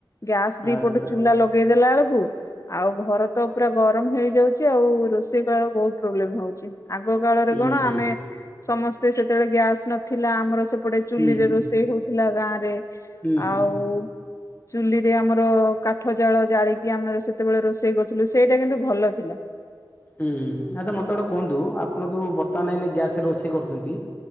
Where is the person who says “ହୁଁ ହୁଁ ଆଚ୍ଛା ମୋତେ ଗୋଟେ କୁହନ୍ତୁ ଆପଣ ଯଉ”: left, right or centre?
Left